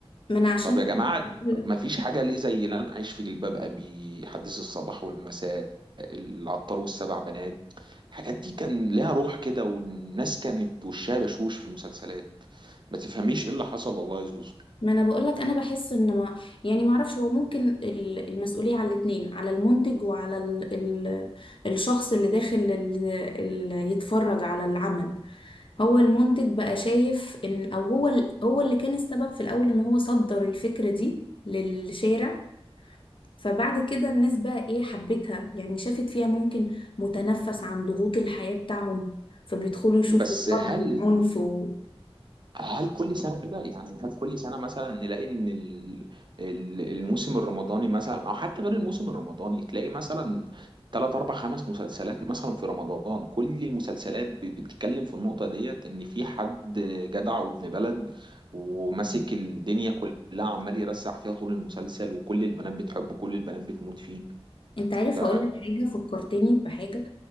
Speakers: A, on the left; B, on the right.
A: من عشان
B: طب يا جماعه
A: كده
B: ما فيش حاجه ليه زي لن اعيش في جلباب ابي حديث الصباح والمساء العطار والسبع بنات الحاجات دي كان لها روح كده والناس كانت وشها بشوش في المسلسلات ما تفهميش ايه اللي حصل والله يا زوزو
A: ما انا بقول لك انا بحس ان ما يعني ما اعرفش هو ممكن ال- المسؤوليه على الاثنين على المنتج وعلى ال ال الشخص اللي داخل ال ال يتفرج على العمل هو المنتج بقى شايف ان او هو ال- هو اللي كان السبب في الاول ان هو صدر الفكره دي للشارع فبعد كده الناس بقى ايه حبتها يعني شافت فيها ممكن متنفس عن ضغوط الحياه بتاعهم فبيدخلوا يشوفوا
B: بس
A: ضرب
B: هل
A: وعنف و...
B: هل كل سنة كده يعني هل كل سنة مثلا نلاقي ان ال- ال- الموسم الرمضاني مثلا او حتى غير الموسم الرمضاني تلاقي مثلا تلات اربع خمس مسلسلات مثلا في رمضان كل المسلسلات ب- بتتكلم في النقطة ديت ان في حد جدع وابن بلد وماسك الدنيا كلها عمال يرزع فيها طول المسلسل وكل البنات بتحبه كل البنات بتموت فيه
A: انت عارف
B: ف
A: هقول لك حاجه فكرتني بحاجه